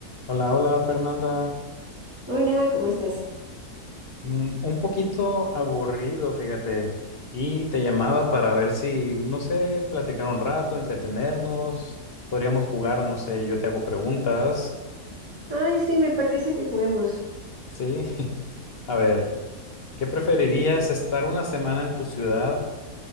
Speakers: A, on the left (about 40°); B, on the right (about 20°).
A: Hola, hola Fernanda.
B: Hola, ¿cómo estás?
A: Mm, Un poquito aburrido, fíjate. Y te llamaba para ver si, no sé, platicar un rato, entretenernos. Podríamos jugar, no sé, yo te hago preguntas.
B: Ay, sí, me parece que juguemos.
A: Sí. <laughs> A ver, ¿qué preferirías estar una semana en tu ciudad